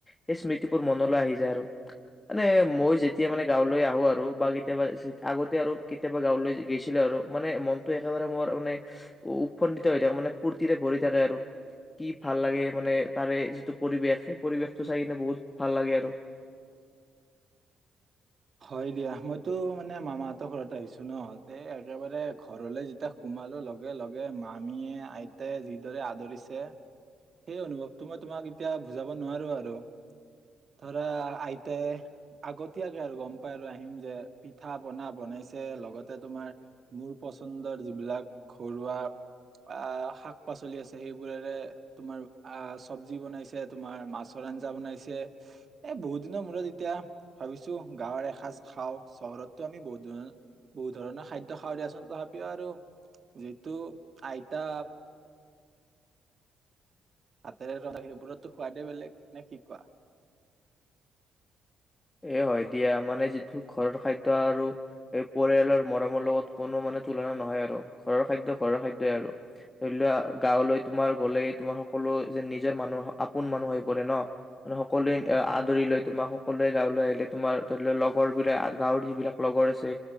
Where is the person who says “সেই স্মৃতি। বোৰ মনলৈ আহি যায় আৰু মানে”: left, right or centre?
Left